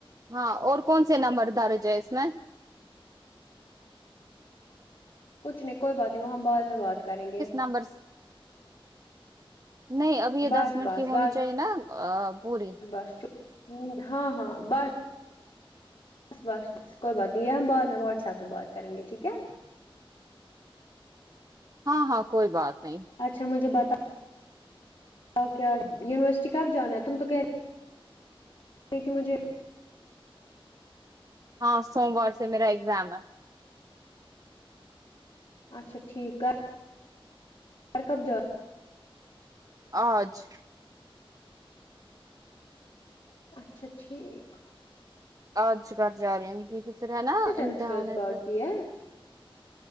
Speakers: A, on the right; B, on the left.
A: ہاں اور کون سے نمبر درج ہیں اس میں
B: کچھ نہیں کوئی بات نہیں وہ ہم بعد میں بات کریں گے
A: نمبرز نہیں ابھی یہ
B: بس
A: دس منٹ
B: بس
A: کی ہونی
B: بس
A: چاہیے نا پوری
B: بس چپ ہاں ہاں بس بس کوئی بات نہیں یہ ہم بعد میں واٹس ایپ پہ بات کریں گے ٹھیک ہے
A: ہاں ہاں کوئی بات نہیں
B: اچھا مجھے بتا اور کیا یونیورسٹی کب جانا ہے تم تو کہہ رہی تھی مجھے
A: ہاں سوموار سے میرا ایگزام ہے
B: اچھا ٹھیک آپ باہر کب
A: آج
B: اچھا ٹھیک
A: آج کر جا رہی ہیں کیونکہ پھر ہے نا
B: کتنے سیمسٹرس
A: امتحان ہے
B: باقی
A: پھر
B: ہے